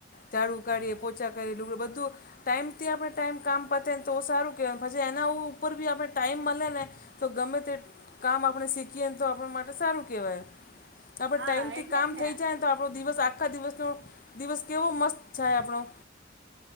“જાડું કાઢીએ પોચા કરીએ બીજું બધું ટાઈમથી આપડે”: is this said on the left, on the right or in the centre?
Left